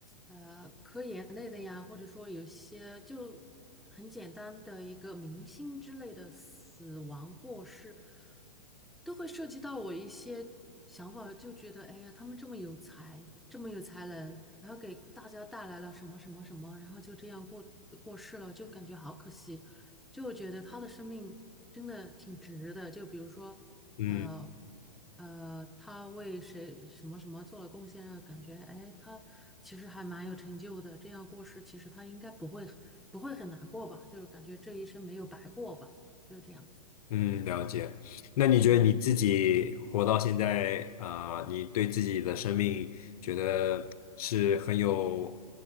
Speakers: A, in the centre; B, on the left.
A: 呃科研类的呀，或者说有些就很简单的一个明星之类的死亡过世，都会涉及到我一些想法，就觉得哎呀，他们这么有才，这么有才能，然后给大家带来了什么什么什么，然后就这样过呃过世了，就感觉好可惜，就觉得他的生命真的挺值的。就比如说。
B: 嗯。
A: 呃呃，他为谁什么什么做了贡献，让感觉哎，他其实还蛮有成就的。这样过世，其实他应该不会不会很难过吧？就是感觉这一生没有白过吧，就是这样子。
B: 嗯，了解。那你觉得你自己活到现在啊，
A: 嗯，
B: 呃你对自己的生命觉得是很有，